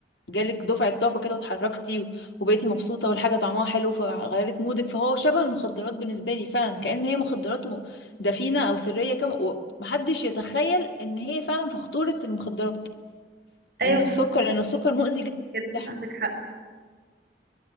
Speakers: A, on the left; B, on the right.
A: جالك دفعة طاقة كده واتحركتي و- وبقيتي مبسوطة والحاجة طعمها حلو فغيرت مودك فهو شبه المخدرات بالنسبة لي فعلا كأن هي مخدرات م- دفينة او سرية كم ومحدش يتخيل ان هي فعلا في خطورة المخدرات
B: ايوه
A: ان السكر لان السكر مؤذي جدا
B: كده
A: للصحة
B: عندك حق